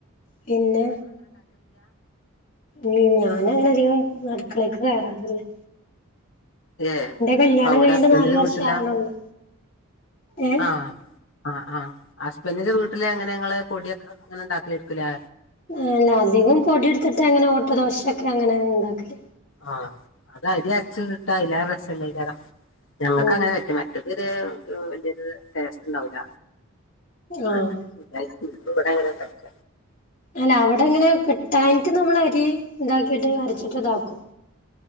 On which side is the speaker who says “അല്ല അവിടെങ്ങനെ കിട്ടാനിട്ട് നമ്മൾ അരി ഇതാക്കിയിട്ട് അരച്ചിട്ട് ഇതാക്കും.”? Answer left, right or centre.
Left